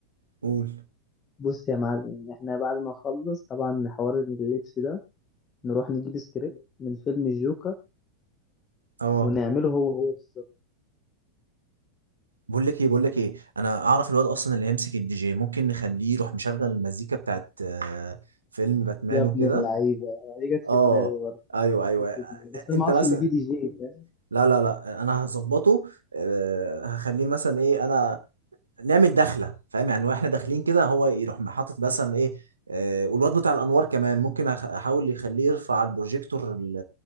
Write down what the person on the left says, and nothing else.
بص يا معلم احنا بعد ما نخلص طبعا حوار اللبس ده نروح نجيب سكريبت من فيلم الجوكر
ونعمله هو هو بالظبط
يا ابن
اللعيبة دي جت في
دماغي برضه
جت في دماغي بس انا
ما اعرفش
ان في دي جي ده